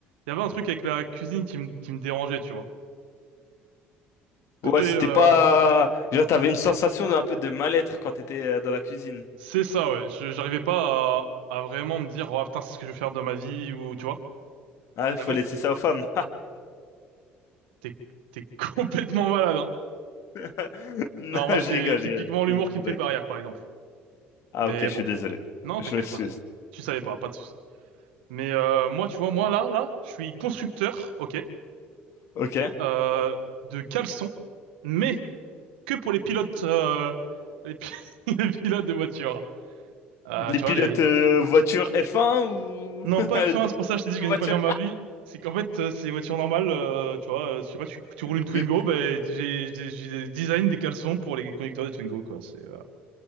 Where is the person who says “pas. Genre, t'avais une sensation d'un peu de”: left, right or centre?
Left